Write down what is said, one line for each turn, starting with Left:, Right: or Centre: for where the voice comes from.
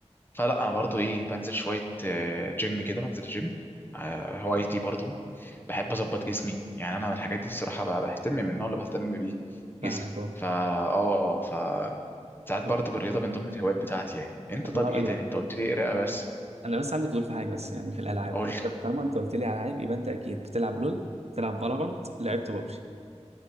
Left: فلا انا برضو ايه بنزل شويه آه، جيم كده بنزل جيم آه، هوايتي برضو بحب اظبط جسمي يعني انا من الحاجات دي الصراحه ب- بهتم من النوع اللي بهتم بيه
Right: فاهمك
Left: جسمي
Right: اهو
Left: فا اه ف ساعات
Right: طب
Left: برضو بالرياضه من ضمن الهوايات بتاعتي يعني انت
Right: طب
Left: طب
Right: هقول
Left: ايه تاني
Right: لك
Left: انت قلت لي قراءه بس
Right: انا بس عندي فضول في حاجه بس يعني في الالعاب
Left: قول
Right: انت
Left: لي
Right: طالما انت قلت لي على العاب يبقى انت اكيد بتلعب لول بتلعب فالورانت لعبت ببجي